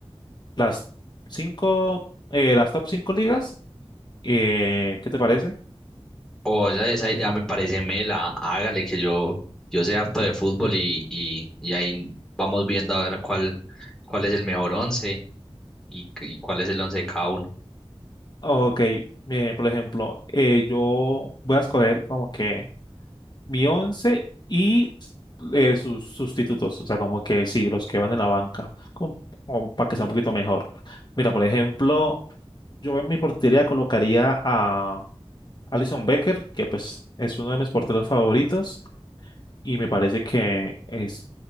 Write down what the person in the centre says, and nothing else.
O esa, esa idea me parece mela, hágale que yo, yo sé harto de fútbol y, y, y ahí vamos viendo a ver cuál, cuál es el mejor once y, y cuál es el once de cada uno.